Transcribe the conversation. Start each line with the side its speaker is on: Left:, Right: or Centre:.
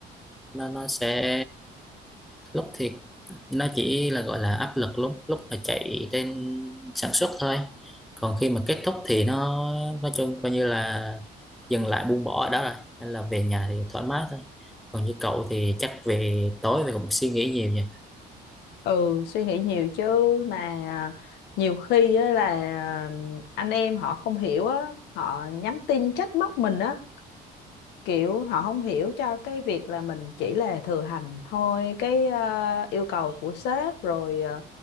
Centre: nó nó sẽ lúc thì nó chỉ là gọi là áp lực lúc lúc mà chạy trên sản xuất thôi còn khi mà kết thúc thì nó nói chung coi như là dừng lại buông bỏ ở đó rồi nên là về nhà thì thoải mái thôi còn như cậu thì chắc về tối thì cũng suy nghĩ nhiều nhỉ
Left: ừ suy nghĩ nhiều chứ mà nhiều khi á là anh em họ không hiểu á họ nhắn tin trách móc mình á kiểu họ không hiểu cho cái việc là mình chỉ là thừa hành thôi cái ờ, yêu cầu của sếp rồi ờ,